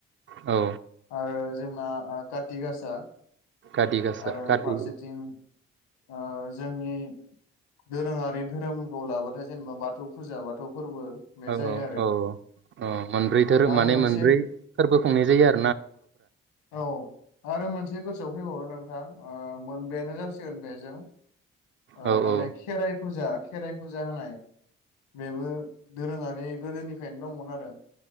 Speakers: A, on the right (about 35°); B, on the left (about 80°).
A: औ
B: आरो जोंना ओ काति गासा
A: काति गासा
B: आरो
A: काति
B: फारसेथिं ओ जोंनि दोरोङारि धोरोम खौ लाबाथाय जेनेबा बाथौ फुजा बाथौ फोरबो बे
A: औ
B: जायो
A: औ
B: आरो
A: औ औ मोनब्रै धोरोम
B: आरो
A: माने
B: मोनसे
A: मोनब्रै फोरबो खुंनाय जायो आरो
B: औ आरो मोनसे गोसोआव फै <unintelligible> नोंथां ओ मोनबायानो जासिगोन बेजों ओ
A: औ
B: माने
A: औ
B: खेराइ फुजा खेराइ फुजा होनाय बेबो दोरोङारि गोदोनिफ्रायनो दंमोन आरो